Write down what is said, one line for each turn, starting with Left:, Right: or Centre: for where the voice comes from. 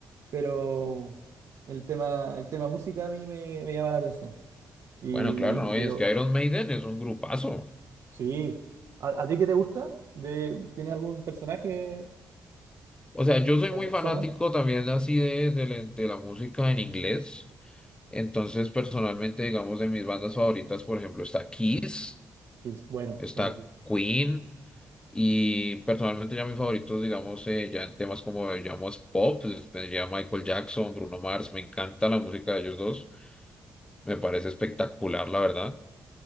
Right: pero el tema, el tema música a mí me, me llama la atención. Y,
Left: Bueno, claro, no, y
Right: y
Left: es
Right: lo,
Left: que Iron Maiden es un grupazo.
Right: sí. ¿A, a ti qué te gusta? De, ¿tienes algún personaje
Left: O sea, yo soy
Right: o
Left: muy
Right: persona?
Left: fanático también así de, de, la de la música en inglés. Entonces, personalmente, digamos, de mis bandas favoritas, por ejemplo, está Kiss,
Right: Que es bueno,
Left: está
Right: bueno que es.
Left: Queen. Y personalmente ya mis favoritos, digamos, eh, ya en temas como eh, llamamos pop, pues, tendría Michael Jackson, Bruno Mars, me encanta la música de ellos dos, me parece espectacular, la verdad.